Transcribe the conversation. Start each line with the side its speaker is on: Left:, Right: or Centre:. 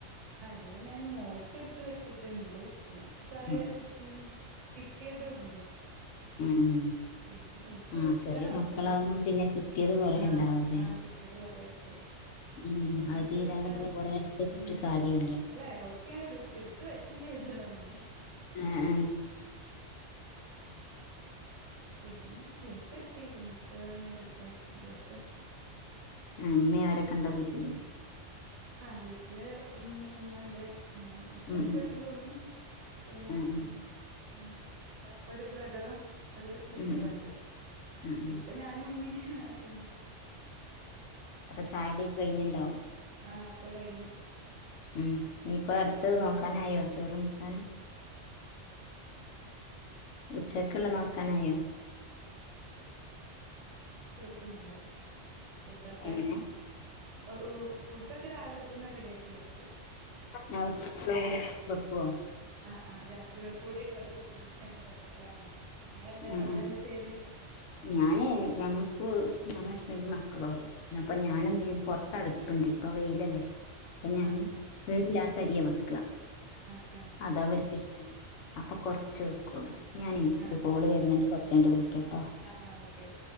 Right: ഇവിടെ ഞാന് മോൾക്കെടുത്ത് വെച്ചിട്ടുണ്ട്. പിന്നെ കൊറേ
Left: ഉം
Right: ഉം. കിട്ടിയതു ഉണ്ട്
Left: ഉം ഉം
Right: പിന്നെ എനിക്ക്
Left: ആഹ്
Right: എടുക്കണം
Left: ചെറിയ മക്കളാകുമ്പോ
Right: ഏഹ്
Left: പിന്നെ കിട്ടിയത് കൊറേ
Right: ആ
Left: ഉണ്ടാവൂലേ
Right: ആ കിട്ടിയത് കൊറേണ്ട്
Left: ഉം
Right: പിന്നെ
Left: അത്
Right: എനിക്ക്
Left: തീരാതെ
Right: എടുക്കണം
Left: പിന്നെ കൊറേ എടുത്ത് വെച്ചിട്ട്
Right: മ്മ്
Left: കാര്യമില്ല
Right: അല്ലെ ഓൾക്ക് ഞാൻ എട് എടുത്ത് വെച്ചു ചെയ്യണേന്ന് വന്നേ.
Left: മ്മ് മ്മ്
Right: പിന്നെ എനിക്കയെടു പിന്നെ എനിക്കയെടുക്കണം ഡ്രസ്സ്.
Left: അമ്മ അവരെ കണ്ടാൽ വിടില്ലേ.
Right: ആഹ് വീട്ടില് ഉമ്മി അമ്മ ഉണ്ട്. പിന്നെ ഹസ്ബൻഡിന്റെ
Left: ഉം ഉം
Right: വീട്ടില ഉമ്മയും പിന്നെ
Left: ഉം ഉം
Right: ആ ഒരു ബ്രദറും ഒരു സിസ്റ്ററാള്ള
Left: ഉം ഉം ഉം ഉം
Right: ഇപ്പൊ ഞാനും ഉമ്മിയും <unintelligible>
Left: അപ്പൊ ചായ്ടിയക്കെ കഴിഞ്ണ്ടോ
Right: ആ ഒക്കെ കഴിഞ്
Left: ഉം നിപ്പോ അടുത്തത് നോക്കാനായോ ചോറും കൂട്ടാനും ഉച്ചക്കുള്ള നോക്കാനായോ
Right: ട്ടു വക്കും ഞങ്ങള് ഫുഡ്ഡക്കെ
Left: എങ്ങനെ
Right: അ ഫുഡൊക്കെ രാവിലെ തന്നെ റെഡി ആക്കി വെക്കും
Left: <unintelligible> ബക്കുവ
Right: ആ ആ രാത്രികക്കൂടിള്ളത് ഒരുമിചങ്ങ്ട് വെക്കലാണ് നിങ്ങളെന്താ
Left: ഉം
Right: അവിടെ
Left: ഉം
Right: എന്താ ചെയ്യല്
Left: ഞാനെ ഞങ്ങക്ക് ന്തെല് മക്കളോ അപ്പ ഞാനെന്തയ്യും പൊറത്ത് അടു ണ്ട് ഇപ്പ വെയിലല്ലേ അപ്പൊ ഞാന്
Right: ആഹ്
Left: പേരില്ല രിയാ വക്കുക
Right: ആഹ് ആഹ്
Left: അതവര് ഇഷ്ടം അപ്പൊ കൊറച്ച് വെക്കുള്ളൂ ഞനെ
Right: ആഹ്
Left: ഒരു
Right: ആഹ്
Left: കോള് വരുന്നുണ്ട് കുറച്ച യ്ഞ്ഞ്ട്ട് വിളിക്കാട്ടോ
Right: ആഹ് ആഹ് ഓക്കെ ഓക്കെ